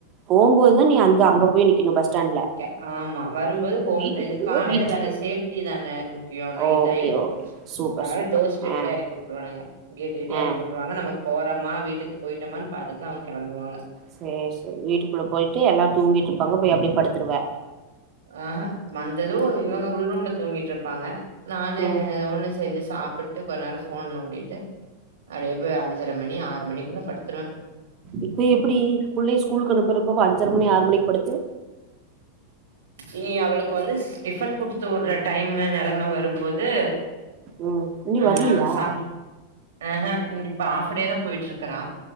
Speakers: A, on the right; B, on the right.
A: போம்போதுதா நீ அந் அங்க போய் நிக்கணு பஸ் ஸ்டாண்ட்ல
B: ஓகே ஆமா வரும்போது ஹோம்
A: வீட்டுக்கு
B: இது
A: போம்போது
B: காலையில
A: வீட்லயே
B: தானே செபிட்டி தானே முக்கியம் நைட்
A: ஓகே
B: ஆயிரும்
A: ஓகே சூப்பர்
B: அதனால
A: சூப்பர்
B: டோர் ஸ்டெப்பே
A: ஆ
B: எறக்கி விட்டுருவானுங்க கேட்டு கிட்டேயே
A: ஆ
B: எறக்கி விட்டுருவாங்க நம்ம போறோம்மா வீட்டுக்கு போயிட்டோமனு பாத்துடுதான் அவங்க கிளம்புவாங்க
A: சேரி சேரி வீட்டுக்குள்ள போயிட்டு எல்லா தூங்கிட்டு இருப்பாங்க போய் அப்படியெ படுத்துருவ
B: ஆ ஹா வந்ததும் இவங்க உள் ரூம்ல தூங்கிட்டு இருப்பாங்க நானு
A: ம்
B: ஒண்ணு செஞ்சு சாப்புட்டு கொஞ்ச நேரொ ஃபோன் நோண்டிட்டு அப்டியே போய் அஞ்சர மணி ஆறு மணிக்குள்ள படுத்துருவ
A: இப்போ எப்டி புள்ளயோ ஸ் கூக்கு அனுப்பறப்போ அப்ப அஞ்சர மணி ஆறு மணிக்கு படுத்து
B: இனி அவளுக்கு வந்து டிஃபன் குடுத்து வுட்ற டைமு நெலம வரும்போது
A: ம் இன்னு
B: ஆ
A: வரலையா
B: சம ஆ ஹ இந் இப்ப ஆஃப் டேதா போயிட்டு இருக்றா